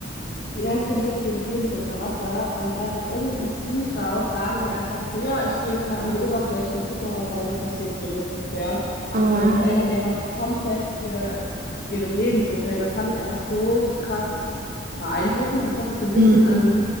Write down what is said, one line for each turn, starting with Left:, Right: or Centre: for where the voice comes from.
Left: die erste Hälfte ihres Lebens unter Wasser und dann aus irgendeinem Instinkt raus sagen die einfach so, ja, ich gehe jetzt mal an die Oberfläche und guck mal, was da so passiert, so ungefähr.
Right: Oh,
Left: Und
Right: wow.
Left: dann verändern die einfach komplett ihr, ihre Lebensumfeld. Und das fand ich einfach so krass beeindruckend. Das hat mich so ein bisschen
Right: Mhm.
Left: an